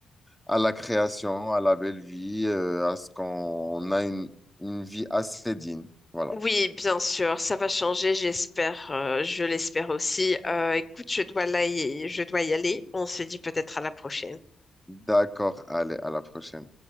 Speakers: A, in the centre; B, on the left (about 25°).
A: à la création, à la belle vie, euh, à ce qu'on a une, une vie assez digne. Voilà.
B: Oui, bien sûr, ça va changer, j'espère, euh, je l'espère aussi. Euh, écoute, je dois là y- je dois y aller. On se dit peut-être à la prochaine.
A: D'accord. Allez, à la prochaine.